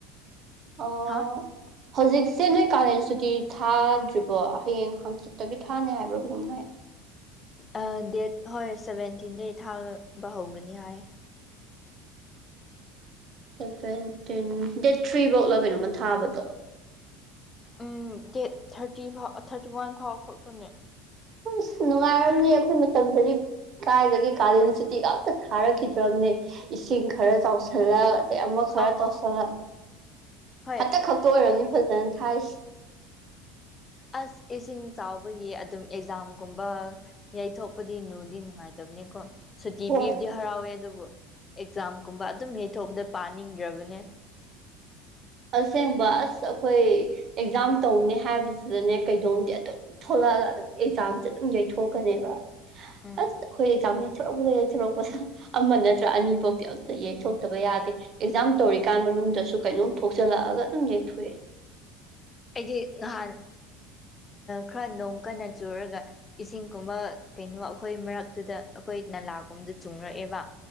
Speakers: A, on the right (about 45°); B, on the left (about 25°).
A: ꯑꯣ
B: ꯍꯥ
A: ꯍꯧꯖꯤꯛꯁꯦ ꯅꯣꯏ ꯀꯥꯂꯦꯟ ꯁꯨꯇꯤ ꯊꯥꯗ꯭ꯔꯤꯕꯣ ꯍꯌꯦꯡ ꯍꯪꯆꯤꯠꯇꯒꯤ ꯊꯥꯅꯤ ꯍꯥꯏꯕ꯭ꯔ ꯀꯩꯅꯣꯝ ꯍꯥꯏ
B: ꯑ ꯗꯦꯠ ꯍꯣꯏ ꯁꯦꯕꯦꯟꯇꯤꯟꯗꯩ ꯊꯥꯕ ꯍꯧꯒꯅꯤ ꯍꯥꯏ
A: ꯁꯦꯕꯦꯟꯇꯤꯟ ꯗꯦꯠ ꯊ꯭ꯔꯤ ꯕꯧꯔ ꯀꯩꯅꯣꯝꯃ ꯊꯥꯕꯗꯣ
B: ꯎꯝ ꯗꯦꯠ ꯊꯥꯔꯇꯤ ꯐꯥꯎ ꯊꯥꯔꯇꯤ ꯋꯥꯟ ꯐꯥꯎ ꯈꯛꯇꯅꯦ
A: ꯑꯁ ꯅꯨꯡꯉꯥꯏꯔꯝꯅꯤ ꯑꯩꯈꯣꯏ ꯃꯇꯝꯗꯗꯤ ꯀꯥꯏꯗꯒꯤ ꯀꯥꯂꯦꯟ ꯁꯨꯇꯤꯒ ꯑꯝꯇ ꯊꯥꯔꯛꯈꯤꯗ꯭ꯔꯕꯅꯦ ꯏꯁꯤꯡ ꯈꯔ ꯆꯥꯎꯁꯜꯂꯛ ꯑꯗꯩ ꯑꯃ ꯈꯔ
B: ꯑꯣ
A: ꯇꯣꯁꯜꯂꯛ
B: ꯑꯣ ꯍꯣꯏ
A: ꯍꯟꯇꯛ ꯈꯛꯇ ꯑꯣꯏꯔꯝꯅꯤ ꯐꯖꯅ ꯊꯥꯏꯁꯦ
B: ꯑꯁ ꯏꯁꯤꯡ ꯆꯥꯎꯕꯒꯤ ꯑꯗꯨꯝ ꯑꯦꯛꯖꯥꯝꯒꯨꯝꯕ ꯌꯩꯊꯣꯛꯄꯗꯤ ꯅꯨꯗꯤ ꯅꯨꯡꯉꯥꯏꯇꯕꯅꯤꯀꯣ ꯁꯨꯇꯤ
A: ꯍꯣꯏ
B: ꯄꯤꯕꯗꯤ ꯍꯔꯥꯎꯋꯦ ꯑꯗꯨꯕꯨ ꯑꯦꯛꯖꯥꯝꯒꯨꯝꯕ ꯑꯗꯨꯝ ꯌꯩꯊꯣꯛꯄꯗ ꯄꯥꯅꯤꯡꯗ꯭ꯔꯕꯅꯦ
A: ꯑꯁꯦꯡꯕ ꯑꯁ ꯑꯩꯈꯣꯏ ꯑꯦꯛꯖꯥꯝ ꯇꯧꯅꯤ ꯍꯥꯏꯕꯁꯤꯗꯅꯦ ꯀꯩꯅꯣꯝꯗꯤ ꯑꯗꯨꯝ ꯊꯣꯛꯂꯛꯑꯒ ꯑꯗꯨꯝ ꯑꯦꯛꯖꯥꯝꯁꯦ ꯑꯗꯨꯝ ꯌꯩꯊꯣꯛꯀꯅꯦꯕ
B: ꯎꯝ
A: ꯑꯁ ꯑꯩꯈꯣꯏ ꯑꯦꯛꯖꯥꯝ ꯌꯩꯊꯣꯔꯛꯄ ꯌꯩꯊꯣꯔꯛꯄꯗ ꯌꯩꯊꯣꯔꯛꯄꯗ ꯑꯃ ꯅꯠꯇ꯭ꯔ ꯑꯅꯤꯐꯥꯎꯗꯤ ꯑꯝꯇ ꯌꯩꯊꯣꯛꯇꯕ ꯌꯥꯗꯦ ꯑꯦꯛꯖꯥꯝ ꯇꯧꯔꯤꯀꯥꯟ ꯃꯅꯨꯡꯗꯁꯨ ꯀꯩꯅꯣꯝ ꯊꯣꯛꯆꯜꯂꯛꯑꯒ ꯑꯗꯨꯝ ꯌꯩꯊꯣꯛꯑꯦ
B: ꯑꯩꯗꯤ ꯅꯍꯥꯟ ꯈꯔ ꯅꯣꯡ ꯀꯟꯅ ꯆꯨꯔꯒ ꯏꯁꯤꯡꯒꯨꯝꯕ ꯀꯩꯅꯣ ꯑꯩꯈꯣꯏ ꯃꯔꯛꯇꯨꯗ ꯑꯩꯈꯣꯏ ꯅꯂꯥꯒꯨꯝꯕꯗ ꯆꯨꯡꯔꯛꯑꯦꯕ